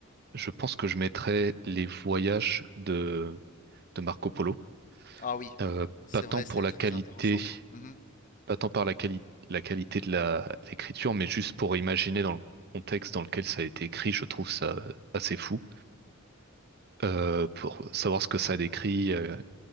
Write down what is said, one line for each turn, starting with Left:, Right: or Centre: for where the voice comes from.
Right: Je pense que je mettrais les voyages de, de Marco Polo.
Left: Ah oui,
Right: Euh,
Left: c'est
Right: pas tant
Left: vrai,
Right: pour
Left: c'est
Right: la
Left: très
Right: qualité,
Left: intéressant. Mhm,
Right: pas tant par la quali- la qualité de la, l'écriture, mais juste pour imaginer dans le contexte dans lequel ça a été écrit, je trouve ça assez fou. Euh, pour savoir ce que ça décrit, euh,